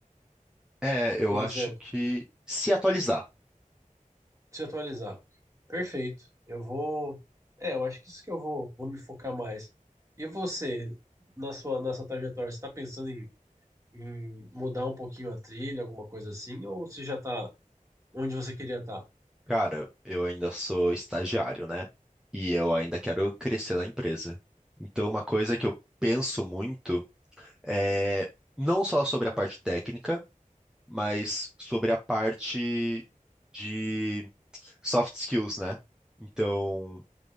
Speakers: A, in the centre; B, on the right.
A: É, eu
B: Por
A: acho
B: exemplo,
A: que se atualizar.
B: se atualizar. Perfeito. Eu vou. É, eu acho que isso que eu vou, vou me focar mais. E você, na sua, na sua trajetória, você está pensando em, em mudar um pouquinho a trilha, alguma coisa assim, ou você já está onde você queria estar?
A: Cara, eu ainda sou estagiário, né? E eu ainda quero crescer na empresa. Então, uma coisa que eu penso muito É, não só sobre a parte técnica, mas sobre a parte de soft skills, né? Então,